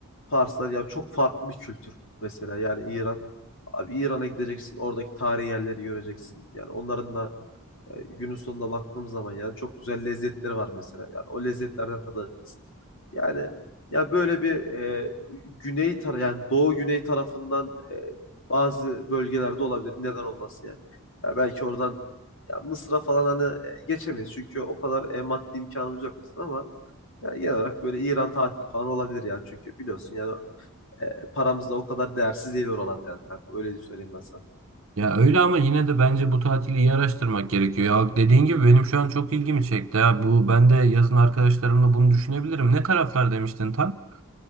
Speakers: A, on the left; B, on the right.
A: Farslar ya çok farklı bir kültür mesela yani İran. Abi İran'a gideceksin, oradaki tarihi yerleri göreceksin. Yani onların da e, günün sonunda baktığımız zaman yani çok güzel lezzetleri var mesela. Yani o lezzetlerden tadacaksın. Yani ya böyle bir e, güney tara yani doğu güney tarafından e, bazı bölgelerde olabilir. Neden olmasın yani? Ya belki oradan ya Mısır'a falan hani e, geçemeyiz çünkü o kadar e, maddi imkanımız yok bizim ama yani genel olarak böyle İran tatili falan olabilir yani. Çünkü biliyorsun yani e, paramız da o kadar değersiz değil oralarda yani kanka. Öyle söyleyeyim ben sana.
B: Ya öyle ama yine de bence bu tatili iyi araştırmak gerekiyor. Ya dediğin gibi benim şu an çok ilgimi çekti. Ya bu ben de yazın arkadaşlarımla bunu düşünebilirim. Ne taraflar demiştin tam?